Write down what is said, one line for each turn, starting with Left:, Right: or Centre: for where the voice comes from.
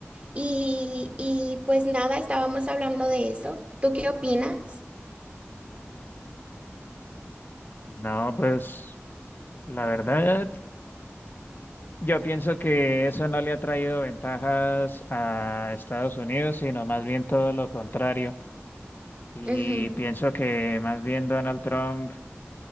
Right: y, y, pues nada, estábamos hablando de eso. ¿Tú qué opinas?
Left: No, pues la verdad, yo pienso que eso no le ha traído ventajas a Estados Unidos, sino más bien todo lo contrario. Y
Right: Ujú.
Left: pienso que más bien Donald Trump